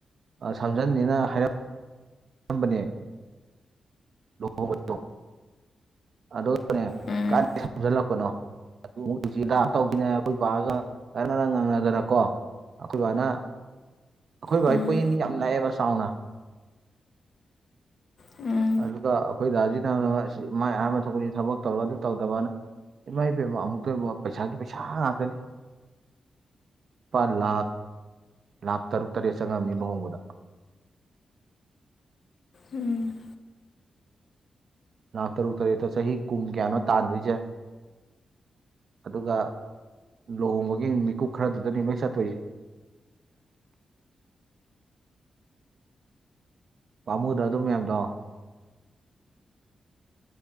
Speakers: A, on the right; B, on the left.
A: ꯁꯝꯖꯟꯅꯤꯅ ꯍꯥꯏꯔꯛ ꯑꯝꯕꯅꯦ ꯂꯨꯍꯣꯡꯕꯗꯣ ꯑꯗꯨꯒꯅꯦ
B: ꯎꯝ
A: ꯀꯥꯏꯗꯩ ꯁꯝꯖꯜꯂꯛꯄꯅꯣ ꯑꯗꯨꯁꯨ <unintelligible> ꯑꯈꯣꯏ ꯕꯥꯒꯥ ꯉꯔꯡ ꯉꯔꯡ ꯉꯪꯅꯗꯅꯀꯣ ꯑꯈꯣꯏ ꯕꯥꯅ ꯑꯈꯣꯏ ꯕꯥꯒꯤ
B: ꯎꯝ
A: ꯄꯣꯌꯦꯡꯗꯤ ꯌꯥꯝ ꯂꯥꯛꯑꯦꯕ ꯆꯥꯎꯅ
B: ꯎꯝ
A: ꯑꯗꯨꯒ ꯑꯩꯈꯣꯏ ꯗꯥꯖꯤꯅ ꯑꯁꯤ ꯃꯥꯏ ꯑꯍꯥꯟꯕ ꯊꯣꯛꯄꯅꯤ ꯊꯕꯛ ꯇꯧꯔꯒ ꯑꯗꯨ ꯇꯧꯗꯕꯅ ꯏꯃꯥꯏꯄꯦꯝꯃꯥ ꯑꯃꯨꯛꯇꯣꯏꯕ ꯄꯩꯁꯥꯒꯤ ꯄꯩꯁꯥ ꯉꯥꯛꯇꯅꯤ ꯂꯨꯄꯥ ꯂꯥꯛ ꯂꯥꯛ ꯇꯔꯨꯛ ꯇꯔꯦꯠ ꯆꯪꯉꯝꯅꯤ ꯂꯨꯍꯣꯡꯕꯗ
B: ꯎꯝ
A: ꯂꯥꯛ ꯇꯔꯨꯛ ꯇꯔꯨꯦꯠꯇꯣ ꯆꯍꯤ ꯀꯨꯝ ꯀꯌꯥꯅꯣ ꯇꯥꯟꯗꯣꯏꯖꯦ ꯑꯗꯨꯒ ꯂꯨꯍꯣꯡꯕꯒꯤ ꯃꯤꯀꯨꯞ ꯈꯔꯗꯨꯗꯅꯤ ꯅꯣꯏ ꯆꯠꯇꯣꯏꯖꯦ ꯄꯥꯝꯃꯨꯗ꯭ꯔ ꯑꯗꯨ ꯃꯌꯥꯝꯗꯣ